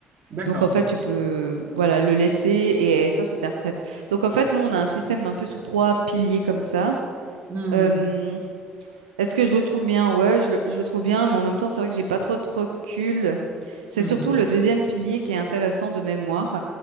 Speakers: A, on the right; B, on the right.
A: D'accord.
B: Donc en fait tu peux voilà le laisser et, ça c'est ta retraite. Donc en fait nous on a un système un peu sur trois piliers comme ça.
A: Mhm.
B: Euh, est-ce que je le trouve bien? Ouais, je le, je le trouve bien, mais en même temps, c'est vrai que j'ai pas trop de recul. C'est
A: Mhm.
B: surtout le deuxième pilier qui est intéressant de mémoire.